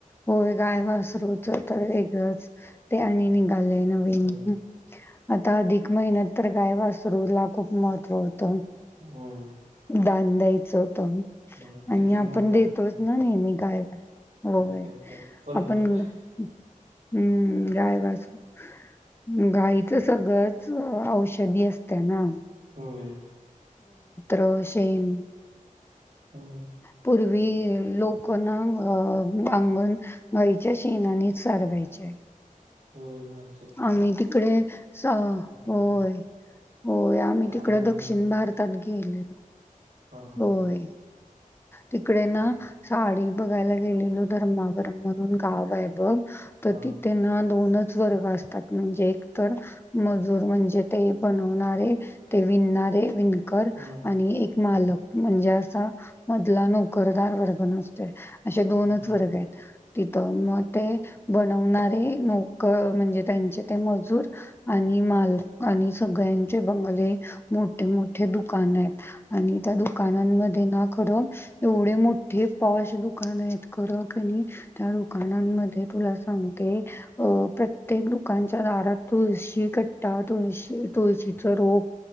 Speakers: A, on the left; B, on the right.
A: होय गायवासरूच तर वेगळच ते आणि नि आलय नवीन
B: होय
A: आता अधिक महिन्यात तर गायवासरूला खूप महत्त्व त
B: होय
A: दान द्यायचं होत
B: होय
A: आणि
B: किती
A: आपण
B: मूर्ती
A: देतोच
B: आता
A: ना नेहमी काय होय
B: ते आपल्या परंपरा
A: आपण
B: आहे
A: हम्म गाय वासरू गाईचं सगळंच अं औषधी असतं ना
B: होय
A: रोज शेण
B: होय.
A: पूर्वी लोकं ना अंगण गाईच्या शेणानी सारवायचे.
B: होय ना!
A: आम्ही तिकडे स
B: त्यामुळे
A: होय होय आम्ही
B: त्यामुळं
A: तिकड दक्षिण भारतात गेलो.
B: हा हो
A: होय. तिकडे ना साडी बघायला गेलेलो धर्मावरम म्हणून गाव आहे बघ तर
B: हा
A: तिथे ना दोनच बर वाच तात म्हणजे एक तर मजूर म्हणजे ते बनवणारे ते विणणारे विण कर
B: हम्म
A: आणि एक मालक. म्हणजे असं मधला नोकरदार वर्ग नसतोय. अशे दोनच
B: हा
A: वर्ग आहेत. तिथं मग ते बनवणारे नोकर म्हणजे त्यांचे ते मजूर आणि माल आणि सगळ्यांचे बंगले मोठे मोठे दुकान आहेत आणि त्या दुकानात दुकानांमध्ये ना खरं एवढे मोठे पॉश दुकान आहेत. खरं क नाही त्या दुकानांमध्ये तुला सांगते. अ प्रत्येक दुकानाच्या दारात तुळशी कट्टा तुळशी तुळशीचं रोप